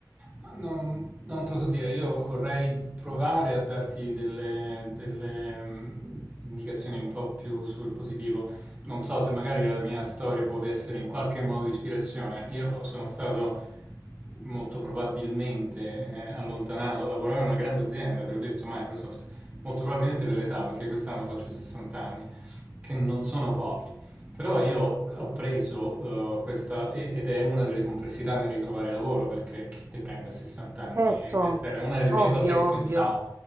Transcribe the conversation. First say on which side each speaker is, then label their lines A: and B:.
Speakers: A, on the right; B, on the right.
A: Ma Non, non te lo so dire, io vorrei provare a darti delle, delle mm, indicazioni un po' più sul positivo. Non so se magari la mia storia può essere in qualche modo di ispirazione. Io sono stato molto probabilmente eh, allontanato, lavoravo in una grande azienda, te l'ho detto Microsoft, molto probabilmente per l'età, perché quest'anno faccio 60 anni, che non sono pochi. Però io ho preso eh, questa, e- ed è una delle complessità nel ritrovare lavoro, perché chi ti prende a 60 anni?
B: Certo,
A: Questa era una delle prime
B: ovvio,
A: cose che pensavo.
B: ovvio.